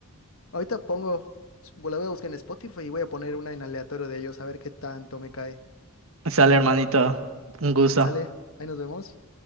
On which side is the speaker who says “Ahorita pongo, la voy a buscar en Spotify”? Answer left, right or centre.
Left